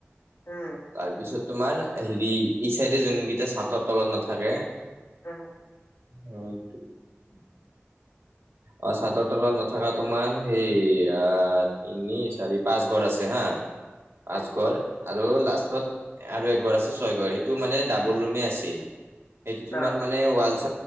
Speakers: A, on the left; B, on the right.
A: উম,
B: তাৰপিছত তোমাৰ হেৰি এই চাইডে যোনকিটা চাটৰ তলত নাথাকে।
A: উম,
B: হয়টো।
A: <unintelligible>
B: অ, চাদৰ তলত নথকা তোমাৰ সেই আহ। তিনি চাৰি পাঁচ ঘৰ আছে হা, পাঁচ
A: উম
B: ঘৰ আৰু লাষ্টত। আৰু এক ঘৰ আছে ছয় ঘৰ সেইটো মানে ডাবল ৰুমে আছিল সেইটো
A: আচ্ছা
B: তোমাৰ মানে ৱাল চ